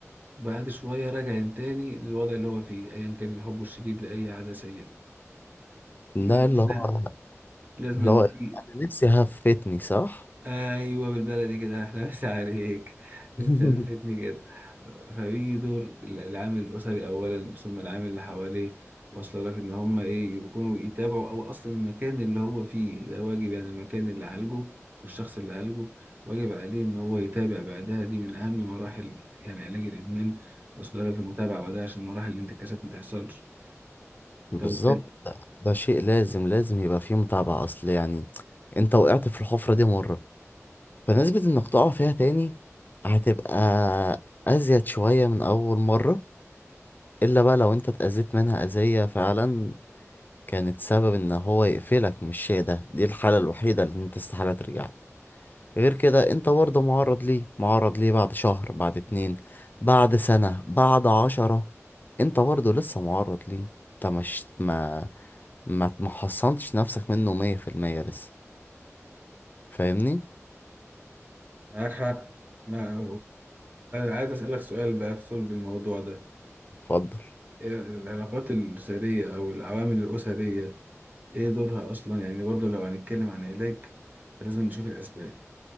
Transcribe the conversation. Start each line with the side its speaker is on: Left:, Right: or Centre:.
Right: بعد شوية راجع تاني للوضع اللي هو فيه أيا كان الحب الشديد لأي عادة سيئة <laughs> دي
Left: ده اللي
Right: من
Left: هو
Right: هنا لازم
Left: اللي
Right: نيجي
Left: هو إيه؟ أنا نفسي هفتني صح؟
Right: ايوه بالبلدي كده احلى مسا عليك بتثبتني
Left: <laughs>
Right: كده فبيجي دور العامل الاسري اولا ثم العامل اللي حواليه واصله لك ان هم ايه يكونوا يتابعوا او اصلا المكان اللي هو فيه ده واجب يعني المكان اللي عالجه والشخص اللي عالجه واجب عليه ان هو يتابع بعدها دي من اهم مراحل يعني علاج الادمان واصله لك المتابعه بعدها عشان مراحل الانتكاسات ما تحصلش
Left: بالظبط
Right: طب وبالتالي
Left: ده ده شيء لازم لازم يبقى فيه متابعة أصل يعني أنت وقعت في الحفرة دي مرة فنسبة إنك تقع فيها تاني هتبقى أزيد شوية من أول مرة إلا بقى لو أنت اتأذيت منها أذية فعلا كانت سبب ان هو يقفلك من الشيء ده دي الحالة الوحيدة اللي انت استحالة ترجع له غير كده انت برضه معرض ليه معرض ليه بعد شهر بعد اتنين بعد سنة بعد عشرة انت برضه لسه معرض ليه انت مش ما ما ما حصنتش نفسك منه مية في المية لسه فاهمني
Right: معاك حق ما عايز اسالك سؤال بقى في صلب الموضوع ده
Left: اتفضل
Right: العلاقات الأسرية أو العوامل الأسرية إيه دورها أصلا يعني برضو لو هنتكلم عن علاج فلازم نشوف الأسباب